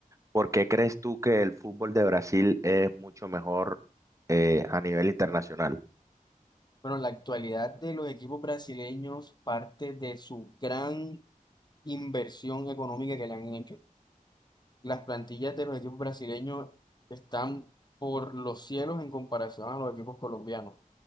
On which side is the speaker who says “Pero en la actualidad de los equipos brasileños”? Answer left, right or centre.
Left